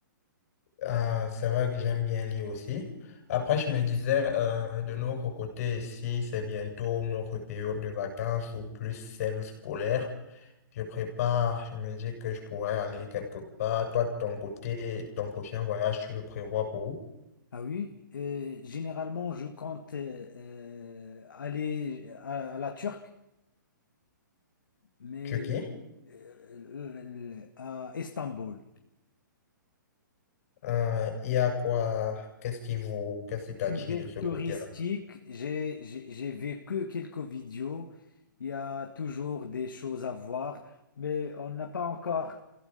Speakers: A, on the left; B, on the left.
A: Ah, c'est vrai que j'aime bien lire aussi. Après, je me disais, euh, de notre côté ici, c'est bientôt notre période de vacances ou plus celle scolaire. Je prépare, je me dis que je pourrais aller quelque part. Toi, de ton côté, ton prochain voyage, tu le prévois pour où?
B: Ah oui, euh, généralement, je compte euh, euh, aller à, à la Turque, mais
A: Turquie?
B: euh, l- l- à Istanbul.
A: Euh, il y a quoi? Qu'est-ce qui vous, qu'est-ce
B: C'est
A: qui t'attire
B: une ville
A: de ce côté-là?
B: touristique. J'ai, j'ai, j'ai vécu quelques vidéos. Il y a toujours des choses à voir, mais on n'a pas encore